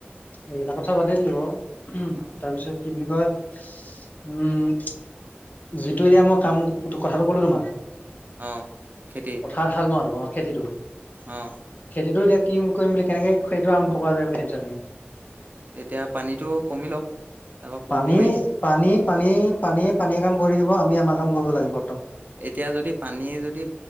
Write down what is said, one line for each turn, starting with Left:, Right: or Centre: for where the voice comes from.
Left: এইবিলাক কথা বাদেই দিলো অ
Right: অ
Left: তাৰপিছত কি বুলি কয় উম' যিটো এতিয়া মই কাম কথাটো কলো তোমাক।
Right: অ খেতি
Left: পথাৰত হাল মোৱাটো অ খেতিটো
Right: অ
Left: খেতিটো এতিয়া কি কৰিম বুলি কেনেকে খেতিটো আৰম্ভ কৰা যায় বুলি ভাবিছা তুমি?
Right: এতিয়া পানীটো কমি লওক তাৰপা কোৰটো
Left: পানী
Right: মাৰিম
Left: পানী পানী পানীয়ে পানীয়ে কাম কৰি থাকিব আমি আমাৰ কাম কৰিব লাগিব
Right: এতিয়া যদি পানী যদি